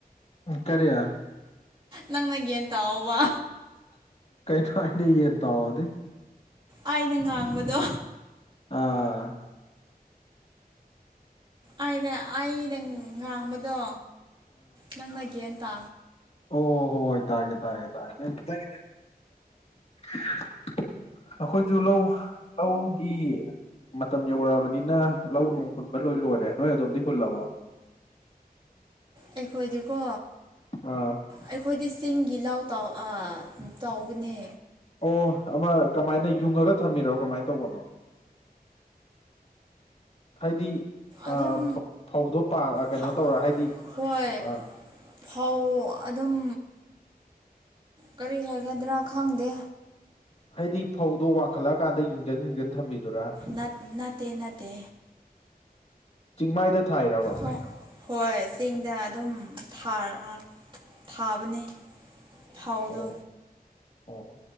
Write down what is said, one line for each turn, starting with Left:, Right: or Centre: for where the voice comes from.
Left: <unintelligible> ꯀꯥꯔꯤ
Right: ꯅꯪ ꯅ ꯒꯦꯟ ꯇ ꯑ-ꯋꯥ
Left: <unintelligible> ꯌꯦꯟ ꯇꯎ ꯑꯣ ꯗꯤ
Right: ꯑꯩꯅ ꯉꯥꯡꯕꯗꯣ
Left: ꯑꯥ
Right: ꯑꯩꯅ ꯑꯩꯅ ꯉꯥꯡꯕꯗꯣ ꯅꯪꯅ ꯒꯦꯟꯇꯥ
Left: ꯑꯣ-ꯍꯣ- ꯍꯣꯏ ꯇꯥꯒꯦ ꯇꯥꯒꯦ <inaudible> ꯅꯪ ꯈꯤꯇꯪ <inaudible> ꯑꯈꯣꯏꯁꯨ ꯂꯧ ꯂꯧꯒꯤ ꯃꯇꯝ ꯌꯧꯔꯛꯑꯕꯅꯤꯅ ꯂꯧ ꯅꯨꯡ ꯍꯨꯟꯕ ꯂꯣꯏ ꯂꯣꯏꯔꯦ ꯅꯣꯏ ꯑꯗꯣꯝꯗꯤ ꯍꯨꯜꯂꯕꯣ <inaudible>
Right: ꯑꯩꯈꯣꯏꯗꯤꯀꯣ
Left: ꯑꯥ
Right: ꯑꯩꯈꯣꯏꯗꯤ ꯆꯤꯡꯒꯤ ꯂꯥꯎ ꯇꯥꯎ ꯑꯥ ꯇꯥꯎꯕꯅꯦ
Left: ꯑꯣ ꯑꯃ ꯀꯃꯥꯏꯅ ꯌꯨꯡꯉꯒ ꯊꯝꯃꯤꯔꯣ ꯀꯃꯥꯏꯅ ꯇꯧꯕꯅꯣ ꯍꯥꯏꯗꯤ
Right: ꯑꯗꯨꯝ
Left: ꯑ-ꯐ-ꯐꯧꯗꯣꯥ ꯄ-ꯑ ꯀꯩꯅꯣ
Right: ꯐ
Left: ꯇꯧꯔ ꯍꯥꯏꯗꯤ
Right: ꯍꯣꯏ
Left: ꯑ
Right: ꯐꯧ ꯑꯗꯨꯝ ꯀꯔꯤ ꯍꯥꯏꯒꯗ꯭ꯔꯥ ꯈꯪꯗꯦ
Left: ꯍꯥꯏꯗꯤ ꯐꯧꯗꯣ ꯋꯥꯡꯈꯠꯂꯛꯑꯀꯥꯟꯗ ꯌꯨꯡꯖꯟ ꯌꯨꯡꯖꯟ ꯊꯝꯕꯤꯗꯨꯔꯥ
Right: ꯅꯠ ꯅꯠꯇꯦ ꯅꯠꯇꯦ
Left: ꯆꯤꯡꯃꯥꯏꯗ ꯊꯥꯏꯔꯕ
Right: ꯍꯣ ꯍꯣꯏ ꯆꯤꯡꯗ ꯑꯗꯨꯝ ꯊꯥꯔ-ꯑ ꯊꯥꯕꯅꯦ ꯊꯥꯎꯗꯣ
Left: ꯑꯣ ꯑꯣ